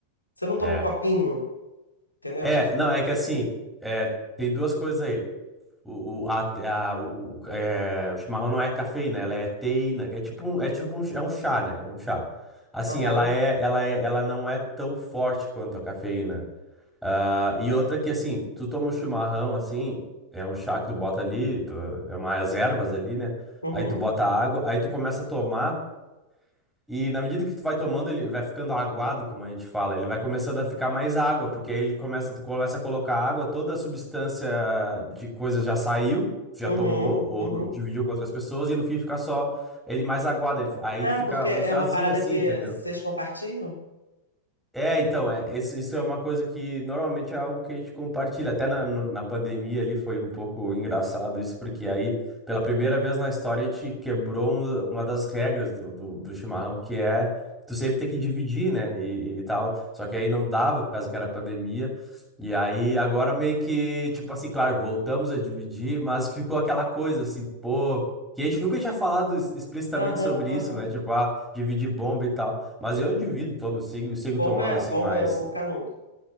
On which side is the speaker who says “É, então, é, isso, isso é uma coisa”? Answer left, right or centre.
Centre